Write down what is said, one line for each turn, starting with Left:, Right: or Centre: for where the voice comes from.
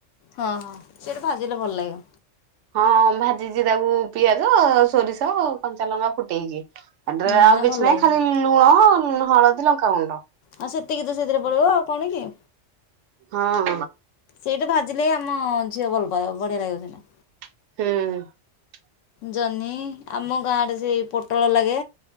Left: ହଁ ହଁ ସେଟା ଭାଜିଲେ ଭଲ ଲାଗେ।
Right: ହଁ ହଁ ଭାଜିଛି ତାକୁ ପିଆଜ ସୋରିଷ କଞ୍ଚା ଲଙ୍କା ଫୁଟେଇକି। ଏଟାରେ
Left: ହୁଁ
Right: ଆଉ
Left: ନା
Right: କିଛି
Left: ଭଲ ଲାଗିବ
Right: ନାହିଁ
Left: ସେଇଟା
Right: ଖାଲି ଲୁଣ, ହଳଦୀ, ଲଙ୍କାଗୁଣ୍ଡ।
Left: ଆଉ ସେତିକି ତ ସେଥିରେ ପଡିବ ଆଉ କଣ କି?
Right: ହଁ
Left: ସେଇଟା ଭାଜିଲେ ଆମ ଝିଅ ଭଲପାଇବ ବଢିଆ ଲାଗିବ ସେଇଟା।
Right: ହଁ।
Left: ଜହ୍ନି ଆମ ଗାଁରେ ସେଇ ପୋଟଳ ଲାଗେ,